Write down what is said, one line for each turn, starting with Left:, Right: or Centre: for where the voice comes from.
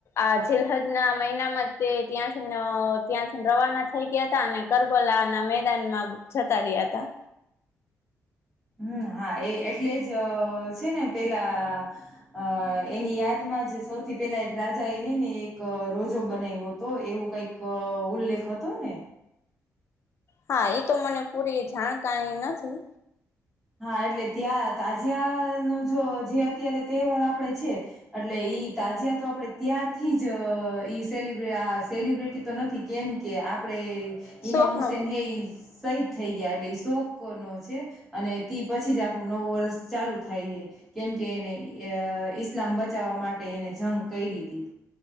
Left: આજીલહદના મહિનામાં તે ત્યાંથી અ ત્યાંથી રવાના થઈ ગયા હતા અને કરબલા ના મેદાનમાં જતા રિયા હતા.
Centre: હમ્મ હા એ એટલે જ છે ને પેલા અ એની યાદમાં જ સૌથી પેલા એક રાજા એ હે ને એક રોજો બનાઇવો હતો એવું કઈક અ ઉલ્લેખ હતો ને.
Left: હા એ તો મને પૂરી જાણકારી નથી.
Centre: હા એટલે ત્યાં તાજિયા નો જો જે અત્યારે તહેવાર આપડે છે અટલે ઈ તાજિયા તો આપણે ત્યારથી જ ઈ સેલિબ આ સેલિબ્રિટી તો નથી કેમ કે આપડે
Left: શોખ
Centre: ઇમામ હુસેન
Left: નો
Centre: હે શહીદ થઈ ગયા એટલે ઈ શોકનો છે અને તે પછી જ આપણું નવું વર્ષ ચાલુ થાય હે કેમ કે એને અ ઈસ્લામ બચાવવા માટે એને જંગ કૈરી તી